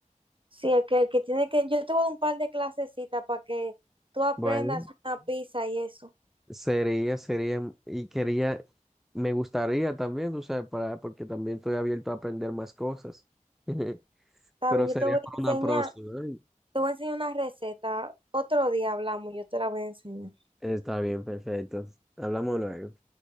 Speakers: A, on the right (about 40°); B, in the centre.
A: Sí, el que, el que tiene que, yo te voy a dar un par de clasecitas para que tú aprendas
B: Bueno,
A: una pizza y eso.
B: sería, sería, mm, y quería, me gustaría también, tú sabes, para, porque también estoy abierto a aprender más cosas. <laughs>
A: También
B: Pero sería
A: yo te voy
B: para
A: a enseñar,
B: una próxima. ¿eh?
A: te voy a enseñar una receta, otro día hablamos, yo te la voy a enseñar.
B: Está bien, perfecto. Hablamos luego.